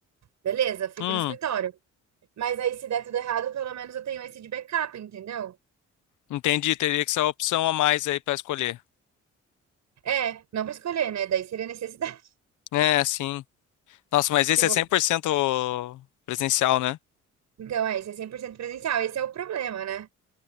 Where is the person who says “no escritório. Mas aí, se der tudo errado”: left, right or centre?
Right